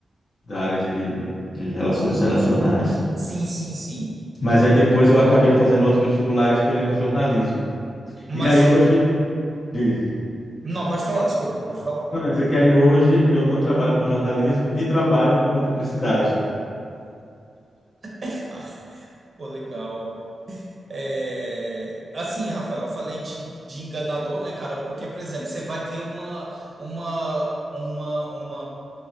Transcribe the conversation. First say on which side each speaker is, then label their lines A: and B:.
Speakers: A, on the left; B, on the right.
A: da área de, de relações internacionais.
B: Sim, sim, sim.
A: Mas aí depois eu acabei fazendo outro vestibular e escolhendo jornalismo.
B: Mas
A: E aí
B: você...
A: hoje, diz,
B: Não, pode falar, desculpa, pode falar.
A: não, quer dizer que aí hoje eu não trabalho com jornalismo e trabalho com publicidade.
B: <laughs> Ah, pô, legal. É, assim, Rafael, eu falei de, de enganador, né, cara? Porque, por exemplo, você vai ver uma, uma, uma, uma,